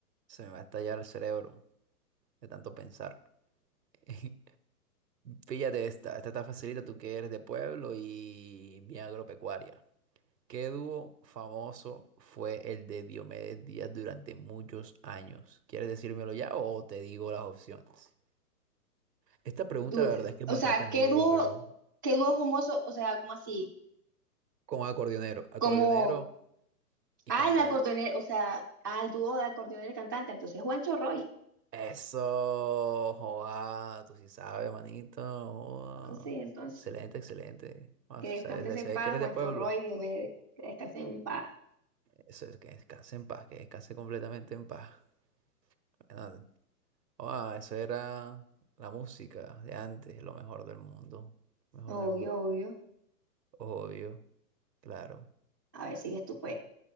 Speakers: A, on the right (about 90°); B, on the right (about 15°).
A: se me va a estallar el cerebro de tanto pensar. <laughs> Fíjate esta, esta está facilita, tú que eres de pueblo y bien agropecuaria. ¿Qué dúo famoso fue el de Diomedes Díaz durante muchos años? ¿Quieres decírmelo ya o te digo las opciones? Esta pregunta
B: Du-
A: la verdad es que es
B: o
A: bastante
B: sea,
A: ambigua,
B: ¿qué dúo,
A: pero
B: qué dúo famoso? O sea, como así?
A: con acordeonero, acordeonero
B: Como,
A: y
B: ah,
A: cantante.
B: el acordeonero, o sea, ah, el dúo de acordeonero y cantante. Entonces, Juancho Roy.
A: Eso, joa, tú sí sabes, manito. joa.
B: Entonces, entonces,
A: Excelente, excelente. Ah,
B: que
A: se
B: descanses
A: sabe, se
B: en
A: sabe
B: paz,
A: que eres
B: Juancho
A: de pueblo.
B: Roy, Diomedes, que descanses en paz.
A: Eso es que descanse en paz, que descanse completamente en paz. Bueno, Ah, eso era la música de antes, lo mejor del mundo. Mejor
B: Obvio,
A: del mundo.
B: obvio.
A: Obvio, claro.
B: A ver, sigues tú, pues.